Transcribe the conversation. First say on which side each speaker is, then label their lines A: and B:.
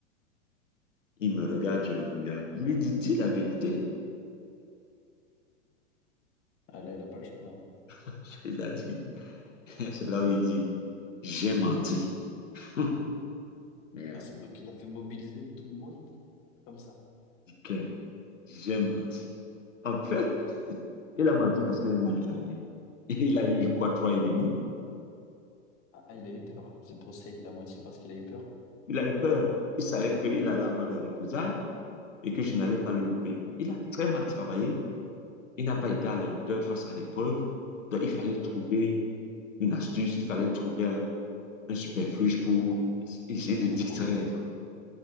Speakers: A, on the left; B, on the left.
A: Il me regarde, je le regarde. Je lui dis, dis la vérité.
B: Ah, là, il a pas le choix, là.
A: <laughs> Il a dit, <laughs> c'est là où il dit, j'ai menti. <laughs> Merde.
B: Ah, c'est- donc, il a fait mobiliser tout le monde comme ça.
A: Putain, j'ai menti. En fait, il a menti parce qu'il a mal travaillé. Il a eu, je crois, trois et demi.
B: Ah, ah, il a eu peur. C'est pour ça, il a menti parce qu'il a eu peur.
A: Il a eu peur. Il savait qu'il allait avoir des représailles et que je n'allais pas le louper. Il a très mal travaillé. Il n'a pas été à la hauteur face à l'épreuve. Donc, il fallait trouver une astuce. Il fallait trouver un, un superfuge pour
B: Un, com-
A: essayer de
B: un
A: distraire
B: compromis.
A: les gens.